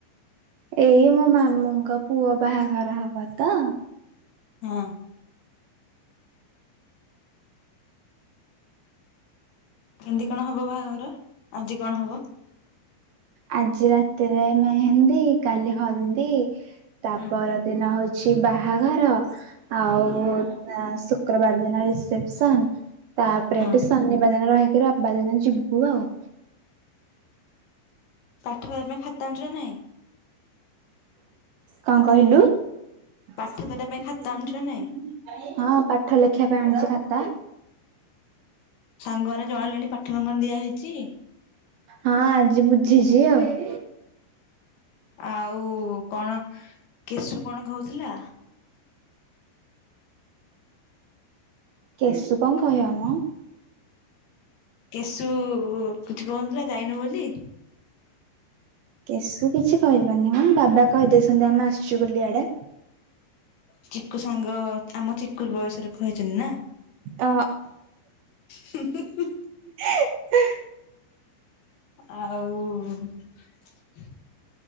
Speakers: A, on the right (about 70°); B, on the left (about 65°).
A: ଏଇ ମୋ ମାମୁଁଙ୍କ ପୁଅ ବାହାଘର ହବ ତ।
B: ହଁ। କେମିତି କଣ ହବ ବାହାଘର ଆଜି କଣ ହବ?
A: ଆଜି ରାତିରେ ମେହେନ୍ଦୀ କାଲି ହଳଦୀ। ତା
B: ହୁଁ
A: ପର ଦିନ ହଉଛି ବାହାଘର। ଆଉ ହେଲା ଶୁକ୍ରବାର ଦିନ ରିସେପସନ। ତାପରେ
B: ହଁ
A: ଏଠୁ ଶନିବାର ଦିନ ରହିକି ରବିବାର ଦିନ ଯିବୁ ଆଉ।
B: <unintelligible> ଖାତା ଅଣିଚୁ ନା ନାଇଁ।
A: କଣ କହିଲୁ?
B: ପାଠ
A: ହଁ
B: କରିବା ପାଇଁ ଖାତା ଆଣିଛୁ ନା ନାଇଁ?
A: ପାଠ ଲେଖିବା ପାଇଁ ଆଣିଛି ଖାତା।
B: ସାଙ୍ଗମାନେ ଜଣେଇଲେଣି ପାଠ କଣ ଙ୍କଣ ଦିଆ ହେଇଛି?
A: ହଁ ଆଜି ବୁଝିଛି ଆଉ।
B: ଆଉ କଣ କେଶୁ କଣ କହୁଥିଲା?
A: କେଶୁ କଣ କହିବମ।
B: କେଶୁ କିଛି କହୁନଥିଲା ଯାଇନୁ ବୋଲି।
A: କେଶୁ କିଛି କହିବନି ମ ବାବା କହିଦେଇଛନ୍ତି ଆମେ ଆସିଛୁ ବୋଲି ଆଡେ।
B: ଚିକୁ ସାଙ୍ଗ ଆମ ଚିକୁ ବୟସର କହିଛନ୍ତି ନା।
A: ଅ
B: ହୁଁ ହୁଁ ହୁଁ।
A: <inaudible>
B: ଆଉ